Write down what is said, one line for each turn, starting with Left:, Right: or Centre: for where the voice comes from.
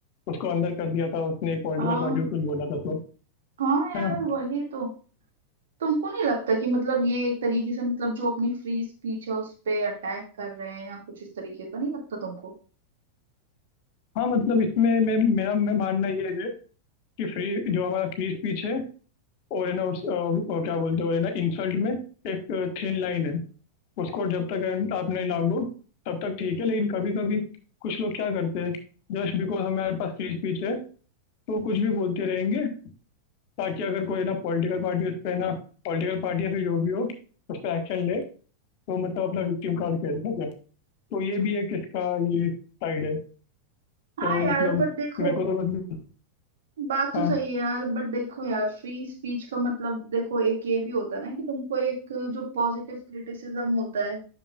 Left: उसको अंदर कर दिया था उसने एक पॉलिटिकल
Right: हाँ
Left: पार्टी को कुछ बोला था तो
Right: हाँ यार
Left: है ना
Right: वही तो तुमको नहीं लगता कि मतलब ये एक तरीके से मतलब जो अपनी फ्री स्पीच है उस पे अटैक कर रहे हैं या कुछ इस तरीके का नहीं लगता तुमको
Left: हाँ मतलब इसमें मैं मेरा मैं मानना ये है कि फ्री जो हमारा फ्री स्पीच है और है ना उस अ, वो क्या बोलते हैं और है ना इंसल्ट में एक थिन लाइन है उसको जब तक आप नहीं लांघो तब तक ठीक है लेकिन कभी कभी कुछ लोग क्या करते हैं जस्ट बिकॉज हमारे पास फ्री स्पीच है तो कुछ भी बोलते रहेंगे ताकि अगर कोई ना पॉलिटिकल पार्टी उस पर ना पॉलिटिकल पार्टी या फिर जो भी हो उस पर एक्शन ले तो मतलब अपना विक्टिम कार्ड खेल सके तो ये भी एक इसका ये साइड है
Right: हाँ
Left: तो
Right: यार
Left: मतलब
Right: बट देखो
Left: मेरे को तो मतलब
Right: बात तो
Left: हाँ
Right: सही है यार बट देखो यार फ्री स्पीच का मतलब देखो एक ये भी होता है ना कि तुमको एक जो पॉजिटिव क्रिटिसिज्म होता है